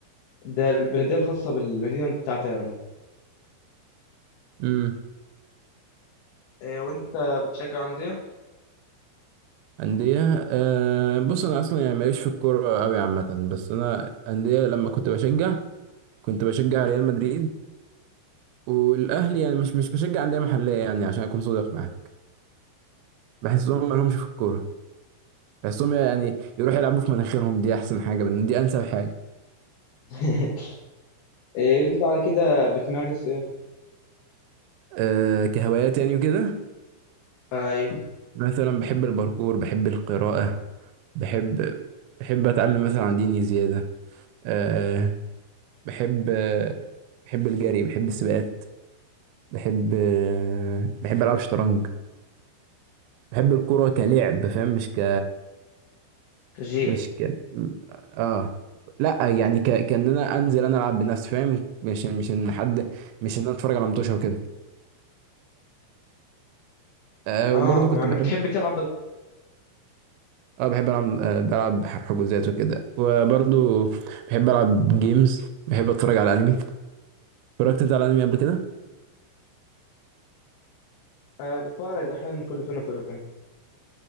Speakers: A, on the left; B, on the right.
A: ده البلديه الخاصه بالمدينه بتاعتي انا
B: امم
A: آه، وأنت بتشجع أندية؟
B: أندية آه. بص أنا أصلا يعني ماليش في الكورة أوي عامة بس أنا أندية لما كنت بشجع كنت بشجع ريال مدريد والأهلي يعني مش مش بشجع أندية محلية يعني عشان أكون صادق معاك بحسهم مالهمش في الكورة بس هم يعني يروحوا يلعبوا في مناخيرهم دي احسن حاجه بالن- دي انسب حاجه
A: <laughs> إيه انت على كده بتمارس ايه
B: أه كهوايات يعني وكده
A: أي
B: مثلا بحب الباركور بحب القراءه بحب بحب اتعلم مثلا عن ديني زياده أه بحب آه، بحب الجري بحب السباقات بحب آه، بحب العب شطرنج بحب الكوره كلعب فاهم مش ك
A: تشجيع
B: مش ك اه لا يعني ك... كان انا انزل انا العب بنفسي فاهم مش مش ان حد مش ان انا اتفرج على متوشه وكده أه
A: اه
B: وبرضه كنت
A: يعني
B: بحب
A: بتحب تلعب بس
B: اه بحب العب آه، بلعب حجوزات وكده وبرضو بحب العب جيمز بحب اتفرج على انمي اتفرجت انت على انمي قبل كده
A: آه بتفرج احيانا كل فين وفين